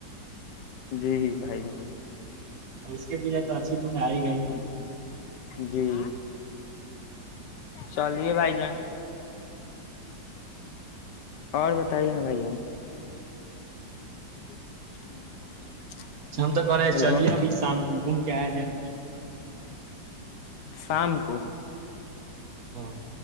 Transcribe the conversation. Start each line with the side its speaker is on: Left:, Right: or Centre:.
Left: جی بھائی
Right: اور اس کے پیچھے تو اچھی ند آ ہی گئی ہے
Left: جی چلیے بھائی جان اور بتائیے نا بھائی جان <inaudible>
Right: ہم تو کرہ رہے ہیں
Left: ہیلو
Right: چلیے ابھی شام کمکم کیا ہے جان
Left: شام کو
Right: ہاں